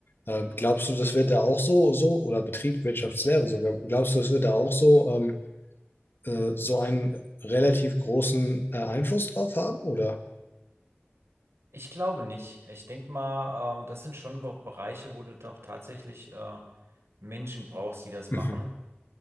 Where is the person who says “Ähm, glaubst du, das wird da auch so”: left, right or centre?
Left